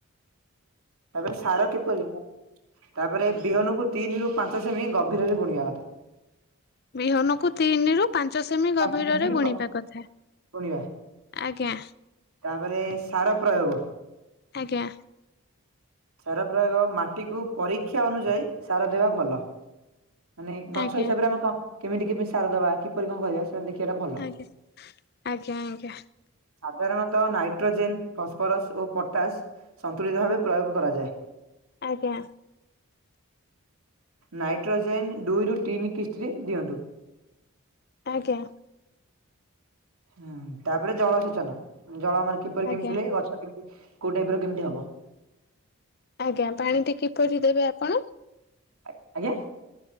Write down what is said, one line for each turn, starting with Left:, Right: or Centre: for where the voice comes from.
Right: ତାପରେ ସାର କିପରି, ତାପରେ ବିହନକୁ ତିନି ରୁ ପାଞ୍ଚ ସେମି ଗଭୀରରେ ବୁଣିବା କଥା।
Left: ବିହନକୁ ତିନି ରୁ ପାଞ୍ଚ ସେମି
Right: ପାଞ୍ଚ
Left: ଗଭୀରରେ
Right: ସେମି
Left: ବୁଣିବା
Right: ଗ
Left: କଥା।
Right: ବୁଣିବା।
Left: ଆଜ୍ଞା।
Right: ତାପରେ ସାର ପ୍ରୟୋଗ?
Left: ଆଜ୍ଞା।
Right: ସାର ପ୍ରୟୋଗ ମାଟିକୁ ପରୀକ୍ଷା ଅନୁଯାୟୀ ସାର ଦେବା ଭଲ। ମାନେ ଗଛ
Left: ଆଜ୍ଞା
Right: ହିସାବରେ ଆମେ କଁ କେମିତି କେମିତି ସାର ଦବା କିପରି କଁ କହିବା ସେ ସେ ଦେଖିବାଟା ଭଲ।
Left: ଆଜ୍ଞା ଆଜ୍ଞା ଆଜ୍ଞା
Right: ସାଧାରଣତଃ ନାଇଟ୍ରୋଜେନ୍ ଫସଫରସ ଓ ପ ଟାସ୍ ସନ୍ତୁଳିତ ଭାବେ ପ୍ରୟୋଗ କରାଯାଏ।
Left: ଆଜ୍ଞା
Right: ନାଇଟ୍ରୋଜେନ ଡୁଇରୁୁ ତିନି କିସ୍ତିରେ ଦିଅନ୍ତୁ।
Left: ଆଜ୍ଞା।
Right: ହୁଁ ତାପରେ ଜଳସେଚନ। ଜଳ ଆମର କିପରି
Left: ଆଜ୍ଞା
Right: କେମିତି ଲେ ଗଛ କେମତି କୋଉ ଟାଇପ ର କେମିତି ହବ।
Left: ଆଜ୍ଞା ପାଣିଟି କିପରି ଦେବେ ଆପଣ?
Right: ଆ ଆଜ୍ଞା।